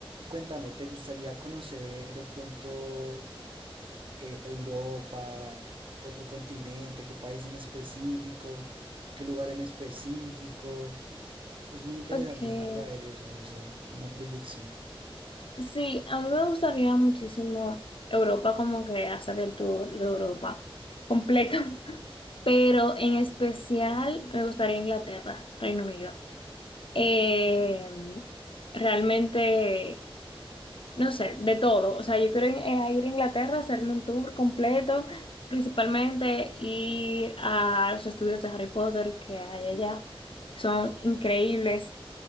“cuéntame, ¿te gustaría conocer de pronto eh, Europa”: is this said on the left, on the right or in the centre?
Right